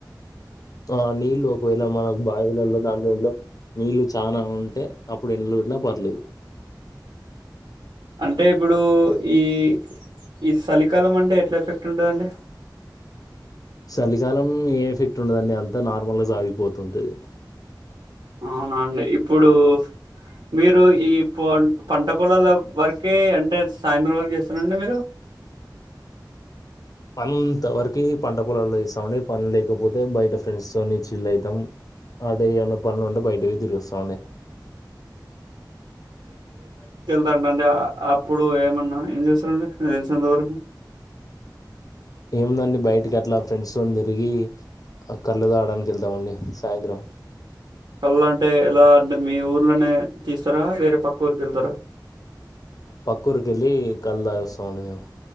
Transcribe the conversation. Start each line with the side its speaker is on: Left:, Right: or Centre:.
Left: ఆ నీళ్ళు ఒకవేళ మనకు బావిలల్లో దాంట్లో దీంట్లో నీళ్ళు చానా ఉంటే అప్పుడు ఎండలు కొట్టినా పర్లేదు.
Right: అంటే ఇప్పుడు ఈ ఈ చలికాలం అంటే ఎట్లా ఎఫెక్ట్ ఉంటుందండి.
Left: చలికాలం ఏ ఎఫెక్ట్ ఉండదన్నే అంతా నార్మలైస్ ఆగిపోతు ఉంటది
Right: అవునా అండి. ఇప్పుడు మీరు ఈ ప పంట పొలాల వరకే, అంటే సాయంత్రం వరకు ఇస్తనండి మీరు.
Left: పనుంత వరకు పంట పొలాల్లో ఏస్తామండి. పని లేకపోతే బయట ఫ్రెండ్స్ తోని చిల్లు అవుతాం. అటు ఏమన్న పనులు ఉంటే బయటకి తిరుగొస్తామండి.
Right: ఎంట అండి అప్పుడు ఏమన్నా ఏం చేస్తారండి తెలిసినంతవరకు
Left: ఏముందండి బయటికి అట్లా ఫ్రెండ్స్తోనీ తిరిగి కళ్ళు తాగడానికి వెళ్తామండి సాయంత్రం
Right: కళ్ళు అంటే ఎలా అంటే మీ ఊర్లోనే తీస్తారా వేరే పక్క ఊరికి వెళ్తారా
Left: పక్కూరికి వెళ్ళి కళ్ళు తాగి వస్తామండి మేము